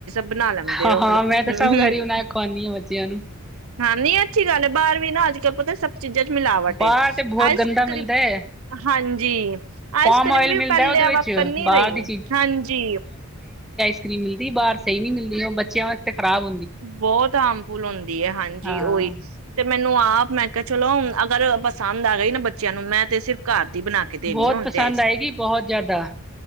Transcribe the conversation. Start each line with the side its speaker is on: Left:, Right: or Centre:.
Right: ਬਣਾ ਲੈਂਦੇ
Centre: ਹਾਂ
Right: ਉਹ ਮਤਲਬ,
Centre: ਹਾਂ ਮੈਂ ਤੇ
Right: ਹਮ
Centre: ਸਭ
Right: -ਹਮ
Centre: ਘਰ ਹੀ ਬਣਾ ਕੇ ਖਵਾਉਂਦੀ ਹਾਂ ਬੱਚਿਆਂ ਨੂੰ
Right: ਹਾਂ, ਨੀ ਅੱਛੀ ਗੱਲ ਹੈ ਬਾਹਰ ਵੀ ਨਾ ਅਜ ਪਤਾ ਸ ਚੀਜ਼ਾਂ ਚ ਮਿਲਾਵਟ,
Centre: ਬਾਹਰ ਤੇ ਬਹੁਤ
Right: ਆਈਸ
Centre: ਗੰਦਾ
Right: ਕਰੀਮ।
Centre: ਮਿਲਦਾ ਹੈ
Right: ਹਾਂਜੀ, ਆਈਸ
Centre: ਪੋਮ
Right: ਕਰ੍ਰੀਮ
Centre: ਓਇਲ
Right: ਵੀ
Centre: ਮਿਲਦਾ
Right: ਪਹਿਲੇ
Centre: ਉਹਦੇ ਵਿੱਚ
Right: ਵ ਕਰਨੀ
Centre: ਬਾਹਰ
Right: ਰਹੀ।
Centre: ਦੀ
Right: ਹਾਂਜੀ।
Centre: ਸਕਰੀ ਦੀ ਬਾਰ ਸਹੀ ਨੀ ਮਿਲਦੀ ਉਹ ਬੱਚਿਆਂ ਵਾਸਤੇ ਖਰਾਬ,
Right: ਬਹੁਤ ਆਮ ਪੁਲਣ, ਹਾਂਜੀ,
Centre: ਹਾਂ
Right: ਉਹੀ ਤੇ ਮੈਨੂੰ ਆਪ ਮੈਂ ਕਿ ਚਲੋ ਅਗਰ ਪਸੰਦ ਆ ਗਈ, ਨਾ ਬੱਚਿਆਂ ਨੂੰ ਮੈਂ ਤੇ ਸਿਰਫ ਘਰ ਦੀ ਬਣਾ ਕੇ ਦੇਣੀ
Centre: ਬਹੁਤ
Right: ਹੁਣ
Centre: ਪਸੰਦ
Right: ਤੇ
Centre: ਆਏਗੀ ਬਹੁਤ ਜ਼ਿਆਦਾ,